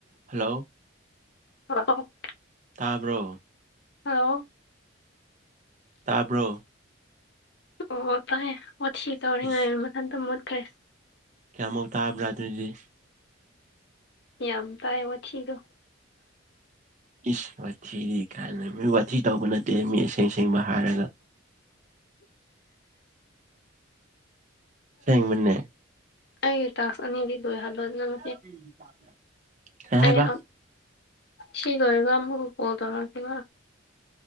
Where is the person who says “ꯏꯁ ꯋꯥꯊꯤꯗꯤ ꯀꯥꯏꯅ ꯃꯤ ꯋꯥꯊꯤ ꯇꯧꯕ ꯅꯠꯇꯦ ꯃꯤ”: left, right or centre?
Right